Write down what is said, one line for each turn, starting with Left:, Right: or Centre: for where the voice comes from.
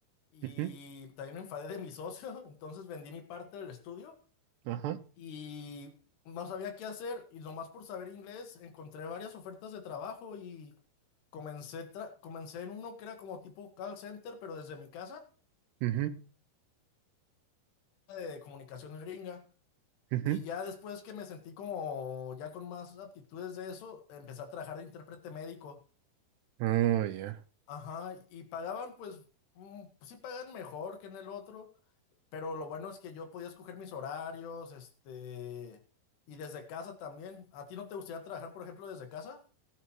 Left: y
Right: Ujú.
Left: también me enfadé de mi socio, <laughs> entonces vendí mi parte del estudio
Right: Ajá.
Left: y no sabía qué hacer, y nomás por saber inglés encontré varias ofertas de trabajo y comencé, tra- comencé en uno que era como tipo call center, pero desde mi casa,
Right: Ujú.
Left: de comunicaciones gringa.
Right: Ujú.
Left: Y ya después que me sentí como ya con más aptitudes de eso, empecé a trabajar de intérprete médico.
Right: Oh, ya.
Left: Ajá, y pagaban pues, mm, pues sí pagan mejor que en el otro, pero lo bueno es que yo podía escoger mis horarios, este, y desde casa también. ¿A ti no te gustaría trabajar, por ejemplo, desde casa?